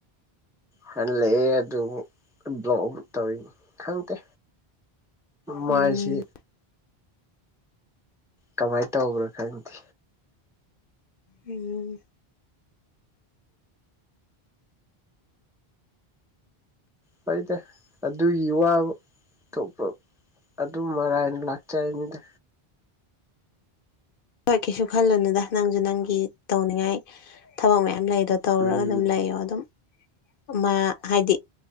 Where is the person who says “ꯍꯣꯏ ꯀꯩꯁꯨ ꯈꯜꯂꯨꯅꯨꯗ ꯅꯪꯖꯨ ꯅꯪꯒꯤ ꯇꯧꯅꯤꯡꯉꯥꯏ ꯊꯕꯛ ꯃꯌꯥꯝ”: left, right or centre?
Left